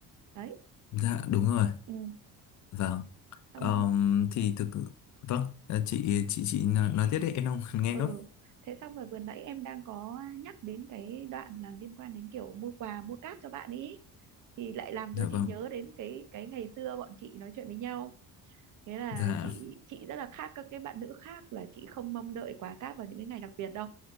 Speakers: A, on the right (about 55°); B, on the left (about 50°).
A: đấy
B: dạ đúng rồi
A: ừ.
B: vâng
A: xong
B: Ờm, thì thực vâng ờ, chị chị chị nói, nói tiếp đi em đang <laughs> nghe
A: ừ
B: nốt
A: thế xong rồi vừa nãy em đang có nhắc đến cái đoạn là liên quan đến kiểu mua quà mua cáp cho bạn ý thì lại làm
B: dạ
A: cho
B: vâng
A: chị nhớ đến cái cái ngày xưa bọn chị nói chuyện với nhau thế là
B: dạ
A: chị chị rất là khác các cái bạn nữ khác là chị không mong đợi quà cáp vào những cái ngày đặc biệt đâu